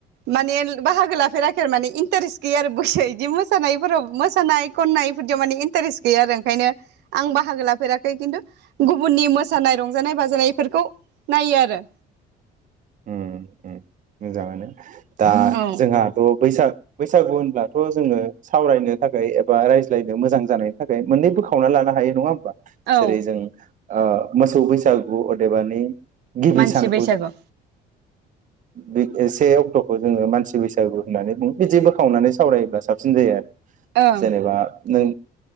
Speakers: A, on the right (about 80°); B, on the right (about 50°).
A: माने बाहागो लाफेराखै आरो माने इन्टारेस्ट गैया आरो बयसो बिदि मोस सानायफोराव मोसानाय खननाय इफोरदियाव माने इन इन्टारेस्ट गैया आरो ओंखायनो। आं बाहागो लाफेराखै खिन्थु गुबुननि मोसानाय रंजानाय बाजानाय फोरखौ नायो आरो।
B: उम उम मोजाङानो दा
A: औ
B: जोंहाथ' बैसाग बैसागु होनब्लाथ' जोंङो सावरायनो थाखाय एबा रायज्लायनो मोजां जानायनि थाखाय मोननै बोखावना लानो हायो नङा होमबा?
A: औ
B: जेरै जों ओ मोसौ बैसागु अदेबानि गिबि
A: मानसि
B: सान
A: बैसागु
B: बे से अक्टखौ जोङो मानसि बैसागु होननानै बुङो बिदि बोखावनानै सावरायोब्ला साबसिन जायो आरो।
A: ओं
B: जेनेबा नों